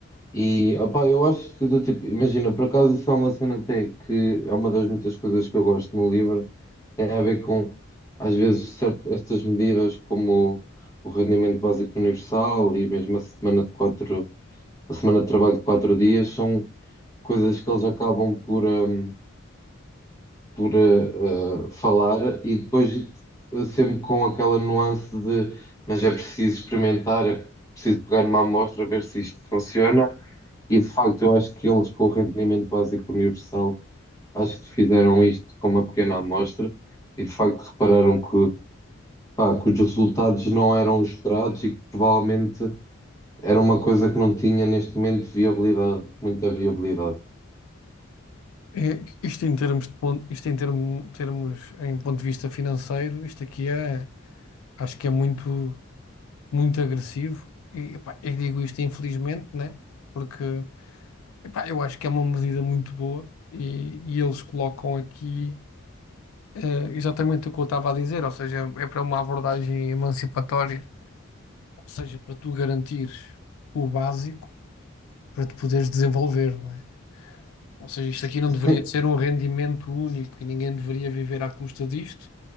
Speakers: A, on the left; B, on the left.
A: E opá, eu acho que do tipo, imagina, por acaso isso é uma cena até que é uma das muitas coisas que eu gosto no livro, tem a ver com às vezes certo, estas medidas como o, rendimento básico universal e mesmo a semana de quatro, a semana de trabalho de quatro dias são coisas que eles acabam por. hum, por eh, eh, falar e depois eh, sempre com aquela nuance de mas é preciso experimentar, é preciso pegar uma amostra, ver se isto funciona. E de facto, eu acho que eles com o rendimento básico universal, acho que fizeram isto com uma pequena amostra e de facto repararam que, pá, que os resultados não eram os esperados e que provavelmente era uma coisa que não tinha neste momento viabilidade, muita viabilidade.
B: É, Isto em termos de ponto, isto em termo- termos em ponto de vista financeiro, isto aqui é, acho que é muito, muito agressivo e epá, eu digo isto infelizmente, né? Porque epá, eu acho que é uma medida muito boa e, e eles colocam aqui eh, exatamente o que eu estava a dizer, ou seja, é para uma abordagem emancipatória, ou seja, para tu garantires o básico para te poderes desenvolver, não é? Ou seja, isto aqui não deveria
A: Sim,
B: ser um rendimento único e ninguém deveria viver à custa disto